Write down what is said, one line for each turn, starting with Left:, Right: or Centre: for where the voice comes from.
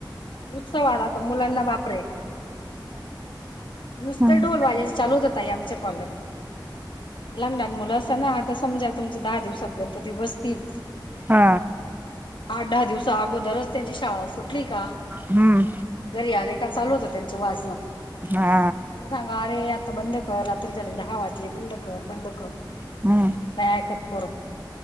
Left: उत्सव आ आता मुलांना बापरे नुसत
Right: हम्म,
Left: ढोल वाजाचे चालूत होताई आमच्या कॉलेज लंडाान मुलं असा ना आता समजा तुमचे दहा दिवसात गणपती बसतील
Right: हा
Left: आठ दहा दिवसा अगोदरच त्यांची शाळा सुटली का
Right: हम्म
Left: घरी आले चालू हो त्यांच वाजणं त्यांना
Right: हा
Left: सांगा अरे आता बंद कर रात्री झाली दहा वाजले बंद कर बंद कर
Right: हम्म
Left: नाही ऐकतपर